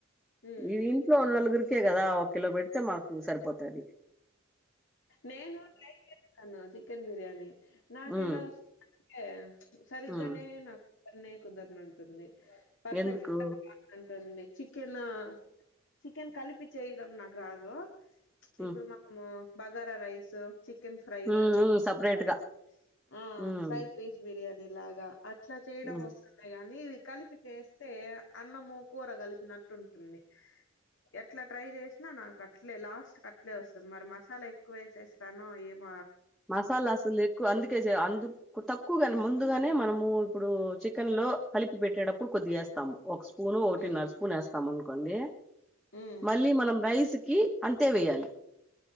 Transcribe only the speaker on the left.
ఉమ్
నేను ట్రై చేస్తాను చికెన్ బిర్యానీ నాకుెలా
వస్తుంది అే సరిగ్గానే
నాకు అ కుదరనింటుంది పర్ఫెక్ట్ంటుంది
చికెన్ చికెన్ కలిపి చేయడం నాకు రాదు
ఇప్పుడు మనము బగారా రైస్ చికెన్ ఫ్రై
అలా
చేసుకుంట
ఆ
ఫ్రై పీస్ బిర్యానీ లాగా అట్లా చేయడం
వస్తుందియి కాగాని కలిపి చేస్తే అన్నము కూర కలిపినట్టు ఉంటుంది ఎట్లా ట్రై చేసినా నా కట్టలేదు లాస్ట్ క అట్లే వస్తుంది మరి మసాలా ఎక్కువ వేసేస్తానుో ఏమ
హ్మ్.
హ్మ్.